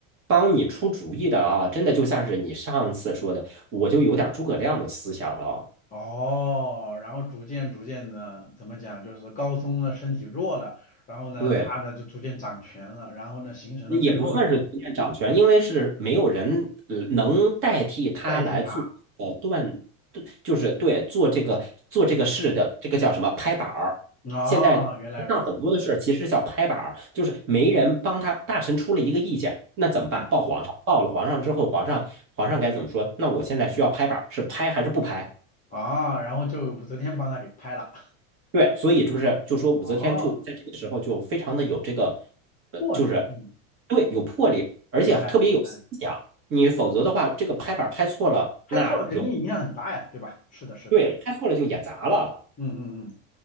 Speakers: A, on the right (about 35°); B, on the left (about 20°).
A: 帮你出主意的啊，真的就像是你上次说的，我就有点诸葛亮的思想了。
B: 哦，然后逐渐逐渐的，怎么讲，就是高宗的身体弱了，然后呢，
A: 对，
B: 他呢就逐渐掌权了，然后呢，形成了最后
A: 也不算是逐渐掌权，因为是没有人呃能代替他来做呃断，
B: 代替他。
A: 对就是对做这个做这个事的这个叫什么拍板儿。
B: 嗯哦，
A: 现在上很多的事儿其实叫拍板儿，
B: 原来如此，
A: 就是没人帮他，大臣出了一个意见，那怎么办？
B: 对，
A: 报皇上，报了皇上之后，皇上皇上该怎么说？那我现在需要拍板儿，是拍还是不拍？
B: 啊、然后就武则天帮他给拍了。
A: 对，所以不是就说武则天就在这个时候就非常的有这个，
B: 哦，
A: 呃，
B: 魄力，
A: 就是
B: 嗯，
A: 对有魄力，而且特别有思想。
B: 明白了，明白了，
A: 你否则的话，这个拍板儿拍错了，
B: 拍错了肯定影响很大呀，
A: 那容
B: 对吧？是的，是的，
A: 对拍错了就演砸了。
B: 嗯嗯嗯。